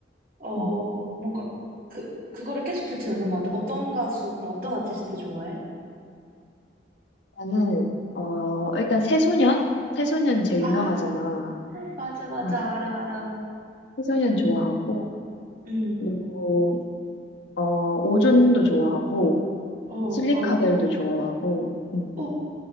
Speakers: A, on the right; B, on the left.
A: 어,
B: 응.
A: 뭔가 그, 그거를 계속 듣진 않는 것 같아. 어떤 가수, 그럼 어떤 아티스트 좋아해?
B: 나는, 어, 일단 새소년? 새소년 제일
A: 아,
B: 유명하잖아.
A: 맞아, 맞아.
B: 응.
A: 알아, 알아.
B: 새소년
A: 응,
B: 좋아하고,
A: 응.
B: 그리고, 어, 오존도 좋아하고,
A: 어,
B: 실리카겔도
A: 알아.
B: 좋아하고, 응.
A: 어,